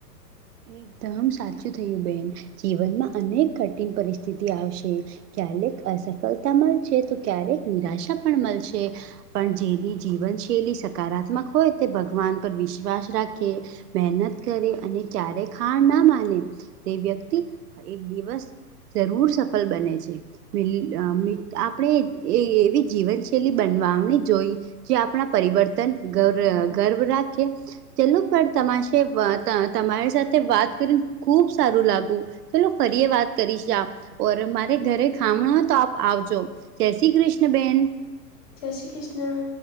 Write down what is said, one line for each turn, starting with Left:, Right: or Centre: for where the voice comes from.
Right: એકદમ સાચું થયું બેન. જીવનમાં અનેક કઠિન પરિસ્થિતિ આવશે ક્યારેક અસફળતા મલશે તો ક્યારેક નિરાશા પણ મલશે. પણ જેની જીવનશૈલી સકારાત્મક હોય તે ભગવાન પર વિશ્વાસ રાખે. મહેનત કરે અને ક્યારે હાર ના માને તે વ્યક્તિ એક દિવસ જરૂર સફલ બને છે. મિલ અહ મેં આપણે એ એવી જીવનશૈલી બનવાની જોઈએ જે આપણા પરિવર્તન ગર્વ ગર્વ રાખીએ જેલુ પર તમાશે વા તા તમારી સાથે વાત કરીને ખુબ સારું લાગુ ચલો ફરી વાત કરીશ આ ઓર મારે ઘરે ખામણ તો આપ આવજો. જય શ્રી કૃષ્ણ બેન.
Left: જય શ્રી કૃષ્ણ.